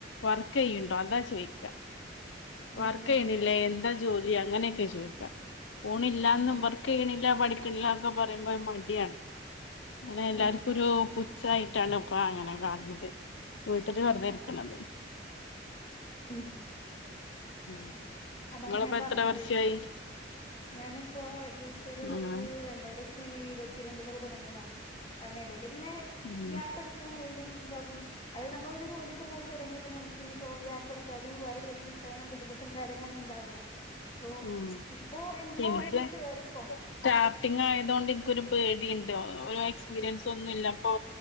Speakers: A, on the left; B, on the left.
A: വർക്കെയ്ണ്ടോ അതാ ചോയ്ക്ക വർക്കെയ്ണി
B: ഉം ഉം
A: ല്ലേ എന്താ ജോലി അങ്ങനെക്കെയാ ചോയ്ക്ക പോണില്ലാന്ന്
B: ഉം
A: വ ക്കെണില്ല, പഠിക്കണില്ലാന്നൊക്കെ പറയുമ്പോ മടിയണ് അങ്ങനെ എല്ലാർക്കൊരു
B: ഉം
A: പു ഛായിട്ടാണ് ഇപ്പോ അങ്ങനെ കാണണത് വീട്ടില് വെർതെ ഇരിക്കണത്.
B: ഉം
A: ഉം
B: അതാണ്
A: ഇങ്ങളിപ്പോ
B: ഞാൻ പറഞ്ഞതേ
A: എത്ര വർഷായി?
B: ഞാനിപ്പോ ഏകദേശം ഒരു
A: ഉം
B: രണ്ടായിര ത്തി ഇരുവത്തിരണ്ടിലൊക്കെ തൊടങ്ങിയതാണ്. അതിനിടേല് പിന്നെ
A: ഉം
B: ഗ്യാപ്പ് എടു ക്കു വീണ്ടും ഇതാകും അത് നമ്മള് ഒരു ജോലിക്ക് പോയി തൊടങ്ങിയാ പിന്നെ നമ്മുക്ക് പിന്നിപ്പോ ഗ്യാപ്പെടുത്താലും വേറെ ജോലി കിട്ടാനും ബുദ്ധിമുട്ടൊക്കെ അങ്ങനൊന്നു ഒണ്ടാവില്ല. ഇപ്പോ
A: ഉം
B: ഇപ്പോ എന്തിനേലും
A: പക്ഷെ
B: ഒന്ന്
A: എനിക്ക്
B: കേറിക്കോ.
A: സ്റ്റാർട്ടിങ് ആയതുകൊണ്ട് എനിക്കൊരു പേടിയ്ണ്ട്. ഒര് എക്സ്പീരിയൻസൊന്നുല്ല അപ്പോ